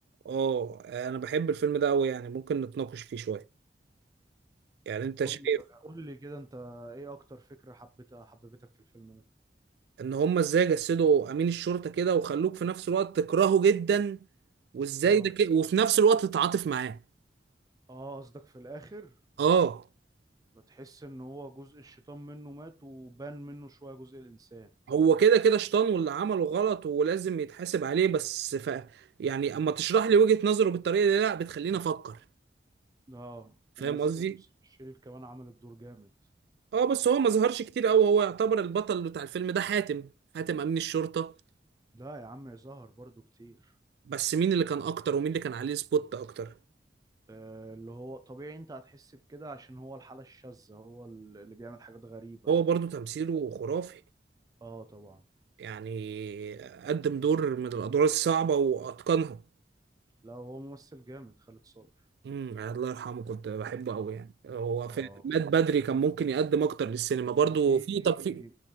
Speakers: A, on the right; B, on the right.
A: اه أنا بحب الفيلم ده أوي يعني ممكن نتناقش فيه شوية يعني أنت
B: قول
A: شايف
B: لي قول لي كده انت ايه اكتر فكرة حبيتها حببتك في الفيلم ده
A: إن هما إزاي جسدوا أمين الشرطة كده وخلوك في نفس الوقت تكرهه جدا وإزاي
B: اه
A: ده كده وفي نفس الوقت تتعاطف معاه
B: اه قصدك في الاخر
A: اه
B: لا تحس ان هو جزء الشيطان منه مات وبان منه شوية جزء الانسان
A: هو كده كده شطان واللي عمله غلط ولازم يتحاسب عليه بس ف يعني اما تشرح لي وجهة نظره بالطريقة دي لا بتخليني افكر
B: اه
A: فاهم
B: ويوسف
A: قصدي
B: ويوسف الشريف كمان عمل الدور جامد
A: اه بس هو ما ظهرش كتير قوي هو يعتبر البطل بتاع الفيلم ده حاتم حاتم امين الشرطة
B: لا يا عم ظهر برضو كتير
A: بس مين اللي كان اكتر ومين اللي كان عليه سبوت اكتر
B: آه، اللي هو طبيعي انت هتحس بكده عشان هو الحالة الشاذة هو ال- اللي بيعمل حاجات غريبة
A: هو برضو تمثيله خرافي
B: اه طبعا
A: يعني قدم دور من الادوار الصعبة واتقنها
B: لا هو ممثل جامد خالد صالح
A: امم الله يرحمه كنت بحبه قوي يعني هو
B: اه
A: في مات بدري كان ممكن يقدم اكتر للسينما برضو
B: ليه
A: في طب في